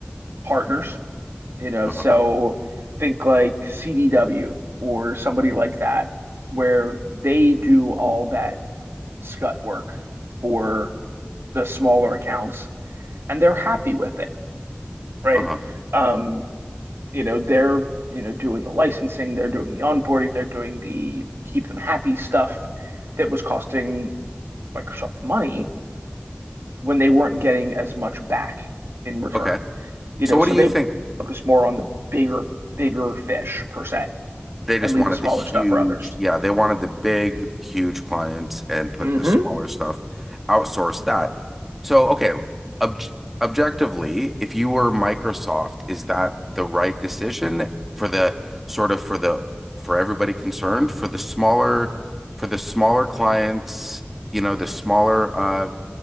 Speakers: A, on the right (about 85°); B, in the centre.
A: partners you know,
B: Uh-huh.
A: so think like CDW or somebody like that, where they do all that scut work for the smaller accounts and they're happy with it, right?
B: Uh-huh.
A: Um, you know, they're, you know, doing the licensing, they're doing the onboarding, they're doing the keep them happy stuff that was costing Microsoft money when they weren't getting as much back in return.
B: Okay.
A: You
B: So
A: know,
B: what
A: so
B: do you
A: they
B: think?
A: focus more on the bigger, bigger fish per se
B: They just
A: and leave
B: wanted
A: the smaller
B: the huge,
A: stuff for others.
B: yeah, they wanted the big, huge clients and put
A: Mm-hmm.
B: the smaller stuff, outsource that. So, okay, obj objectively, if you were Microsoft, is that the right decision for the sort of for the for everybody concerned, for the smaller for the smaller clients, you know, the smaller uh